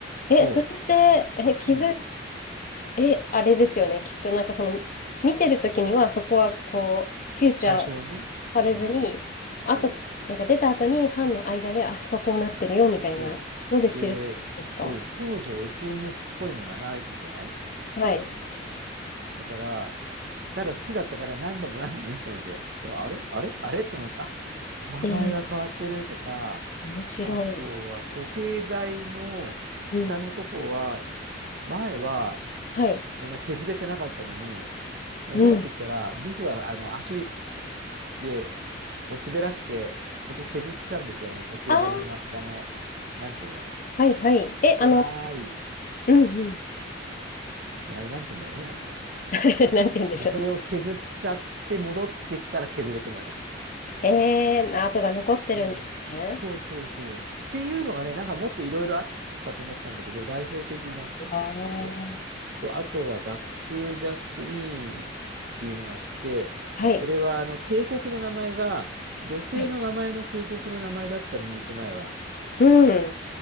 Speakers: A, on the right; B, on the left.
A: そ
B: え、それって、え、気づ、
A: う。うん。
B: え、あれですよね。きっとなんかその、見てるときにはそこはこう、フューチャー
A: 最初はね。
B: されずに、
A: うん。
B: あと、
A: そう
B: なんか出た後にファンの間で、あそここうなってるよみたいなので知るってことですか。
A: そう。で、そう、当時は SNS っぽいものはないんじゃない ?85
B: はい。
A: 年だから。だから、ただ好きだったから何度も何度も見せたわけ。そしたら、あれあれあれと思って、あ、名前が変わってるとか、
B: えー、面白い。
A: あとは時計台の下のとこは、
B: うん。
A: 前は
B: はい。
A: そんな削れてなかったのに、戻ってきたら、
B: うん。
A: ビフはあの足でこう滑らせて、そこ削っちゃうんですよ、あの時計台の真下の。
B: ああ、
A: なんていうの、
B: はいはい。え、
A: 狭い。
B: あの、うんうん。
A: あれ、なんて言うんだろうね、あれね。うん
B: <laughs> なんて言うんでしょうね。
A: で、それを削っちゃって戻ってきたら削れてるわけですよ。
B: えー、跡が残ってるんですね。
A: そうそうそうそう。っていうのがね、なんかもっといろいろあったと思ったんだけど、代表的なのはそこで。
B: ああ。
A: そう、あとはバックトゥーザスリーっていうのがあって、
B: はい。
A: それはあの渓谷の名前が女性の名前の渓谷の名前だったのに行く前は。
B: はいうん。